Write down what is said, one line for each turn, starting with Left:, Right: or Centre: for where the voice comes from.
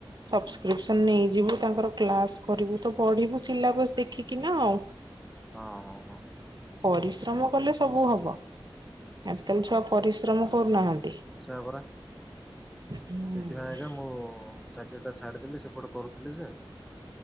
Right: ସବସ୍କ୍ରିପସନ
Centre: ହଁ
Right: ନେଇଯିବୁ। ତାଙ୍କର କ୍ଲାସ କରିବୁ ତ ପଢିବୁ ସିଲାବସ ଦେଖିକି ନା ଆଉ।
Centre: ହଁ ହଁ ହଁ
Right: ପରିଶ୍ରମ କଲେ ସବୁ ହବ। ଆଜି କାଲି ଛୁଆ ପରି ଶ୍ରମ କରୁନାହାନ୍ତି।
Centre: ସେୟାପରା।
Right: ହୁଁ
Centre: ସେଇଥିପାଇଁ ଆଜ୍ଞା ମୁଁ ଟା ଛାଡିଦେଲି। ସେପଟେ କରୁଥିଲି ସେ